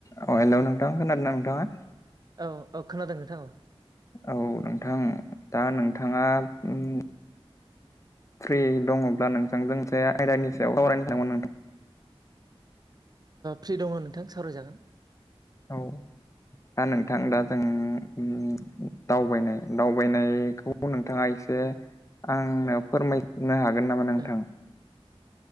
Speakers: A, on the left; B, on the right.
A: अ hello नोंथां खोनादोंना नोंथाङा
B: औ औ खोनादों नोंथां औ
A: औ नोंथां। दा नोंथाङा ओं फ्रि दङब्ला नोंथांजों एसे आयदानि सायाव सावरायनो थांगोमोन नोंथां।
B: फ्रि दङ नोंथां सावरायजागोन।
A: औ आं नोंथां दा जोंओ दावबायनाय दावबायनायखौ नोंथाङा एसे आंनो फोरमाय होननो हागोन नामा नोंथां?
B: ओ